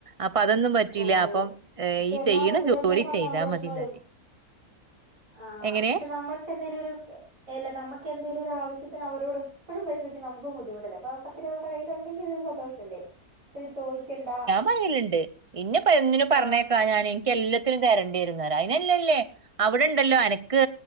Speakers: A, on the right; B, on the right.
A: അപ്പൊ അതൊന്നും പറ്റൂല്ല
B: ഓ
A: അപ്പം
B: പക്ഷെ
A: ഈ
B: എന്നാലും
A: ചെയ്യപ്ണ
B: ഉണ്ടല്ലോ
A: ജോലി
B: ചില സമയം
A: ചെയ്താ
B: നമുക്ക് വിഷമം
A: മതിന്ന്
B: വരും
A: പറയും
B: ആ
A: എങ്ങനെ
B: പക്ഷെ നമ്മൾക്ക് എന്തേലും ഒരു അല്ല നമുക്ക് എന്തേലും ഒരു ആശ്യത്തിന് അവരോട് എപ്പയും പൈസ ചോദിക്കുന്നത് നമുക്കും ബുദ്ധിമുട്ടല്ലേ അ പത്ത് രൂപ നമ്മുടെ കയ്യിൽ ഉണ്ടെങ്കിൽ ഒരു സന്തോഷം അല്ലേ ഇപ്പഴും ചോദിക്കണ്ട
A: പറയിലുണ്ട് ഇന്നെ ഇപ്പൊ എന്തിനും
B: ആ
A: പറഞ്ഞേക്കാന്നാൽ ഇൻക്ക് എല്ലാത്തിനും തരേണ്ടി വരുംന്ന് പറയും അയിനല്ലല്ലേ അവിടെണ്ടല്ലോ അനക്ക്